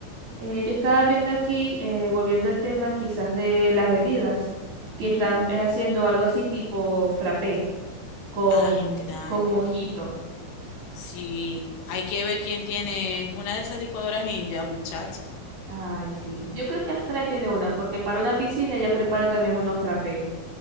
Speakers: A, on the right (about 40°); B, on the left (about 70°).
A: Eh, yo estaba viendo aquí, eh, volviendo al tema quizás de las bebidas, que
B: Ujú.
A: están eh, haciendo algo así tipo frappé con,
B: Ay, claro.
A: con mojito.
B: Sí, hay que ver quién tiene una de esas licuadoras ninja, muchacha.
A: Ay, sí. Yo creo que Astra tiene una, porque para una piscina ella prepara también unos frappés.